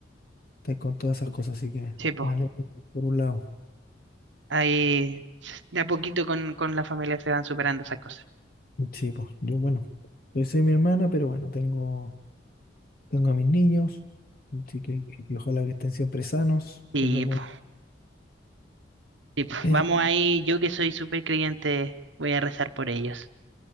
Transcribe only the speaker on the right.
sí, po.
Ahí s- de a poquito con, con la familia se van superando esas cosas.
Sí,
po.
Sí, po.
Vamos ahí, yo que soy súper creyente, voy a rezar por ellos.